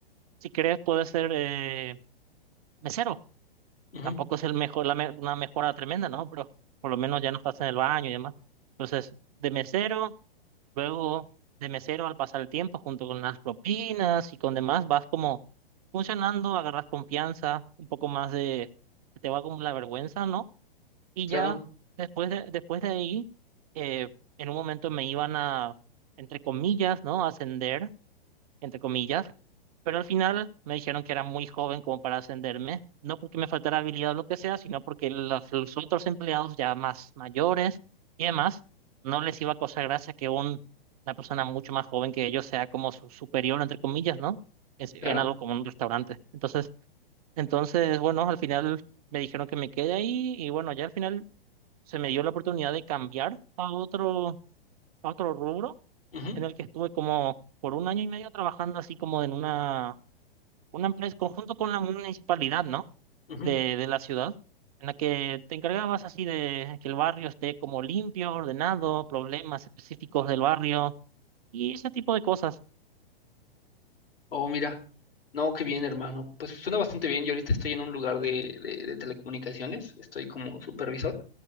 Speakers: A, on the right; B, on the left.
A: si querés puedes ser eh, mesero,
B: ujú,
A: tampoco es el mejor, la me- una mejora tremenda, ¿no? Pero por lo menos ya no estás en el baño y demás. Entonces, de mesero Luego, de mesero, al pasar el tiempo, junto con las propinas y con demás, vas como funcionando, agarras confianza, un poco más de, te va como la vergüenza, ¿no? Y
B: claro,
A: ya después de, después de ahí, eh, en un momento me iban a, entre comillas, ¿no? Ascender entre comillas, pero al final me dijeron que era muy joven como para ascenderme, no porque me faltara habilidad o lo que sea, sino porque los, los otros empleados ya más mayores y demás, no les iba a causar gracia que un, una persona mucho más joven que ellos sea como su superior, entre comillas, ¿no? Es, en
B: claro.
A: algo como un restaurante. Entonces, entonces, bueno, al final me dijeron que me quede ahí y bueno, ya al final se me dio la oportunidad de cambiar a otro, a otro rubro
B: Ujú.
A: en el que estuve como por un año y medio trabajando así como en una, una empresa, conjunto con la municipalidad, ¿no?
B: Ujú.
A: De, de la ciudad, en la que te encargabas así de que el barrio esté como limpio, ordenado, problemas específicos del barrio y ese tipo de cosas.
B: Oh, mira. No, qué bien, hermano. Pues suena bastante bien. Yo ahorita estoy en un lugar de, de- de telecomunicaciones. Estoy como supervisor